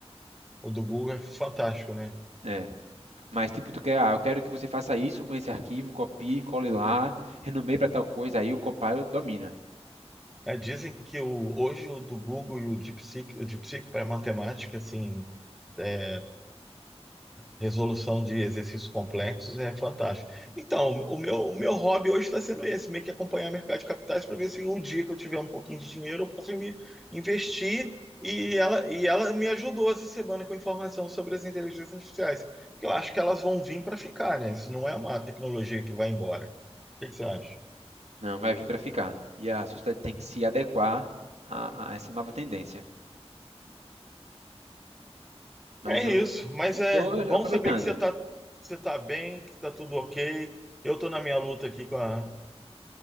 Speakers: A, in the centre; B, on the right.
A: o do Google é fantástico, né?
B: né? mas tipo, tu quer, ah, eu quero que você faça isso com esse arquivo, copie, cole lá, renomeie para tal coisa, aí o Copilot domina.
A: É, dizem que o, hoje o do Google e o DeepSeek, o DeepSeek para matemática, assim, é, Resolução de exercícios complexos é fantástico. Então, o meu, o meu hobby hoje está sendo esse, meio que acompanhar o mercado de capitais para ver se um dia que eu tiver um pouquinho de dinheiro eu posso me investir. E ela, e ela me ajudou essa semana com informação sobre as inteligências artificiais, porque eu acho que elas vão vir para ficar, né? Isso não é uma tecnologia que vai embora. O que que você acha?
B: Não, vai vir para ficar. E a sociedade tem que se adequar a, a essa nova tendência. Mas
A: É
B: eu
A: isso, mas
B: estou
A: é bom
B: aproveitando.
A: saber que você está você tá bem, que está tudo ok. Eu estou na minha luta aqui com a,